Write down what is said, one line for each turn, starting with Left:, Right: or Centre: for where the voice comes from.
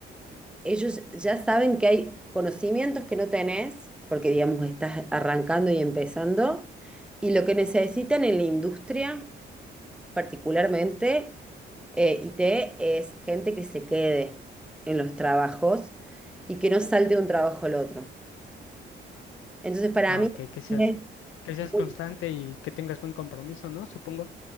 Centre: ellos ya saben que hay conocimientos que no tenés, porque digamos estás arrancando y empezando, y lo que necesitan en la industria. particularmente, eh, IT es gente que se quede en los trabajos y que no salte de un trabajo al otro. Entonces, para
Left: Ah,
Centre: mí,
Left: ok,
Centre: es
Left: que seas, que seas
Centre: muy-
Left: constante y que tengas buen compromiso, ¿no? Supongo.